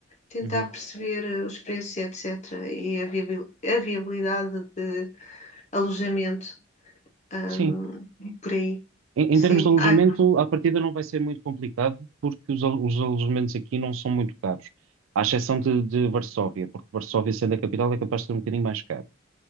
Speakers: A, on the left (about 35°); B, on the right (about 70°).
A: tentar
B: Uhum.
A: perceber eh, os preços, etc., e a viabil- a viabilidade de alojamento hum,
B: Sim.
A: por aí.
B: Em,
A: Sim.
B: em termos de alojamento,
A: Ah,
B: à partida não vai ser muito complicado, porque os, al- os alojamentos aqui não são muito caros, à exceção de, de Varsóvia, porque Varsóvia, sendo a capital, é capaz de ser um bocadinho mais caro.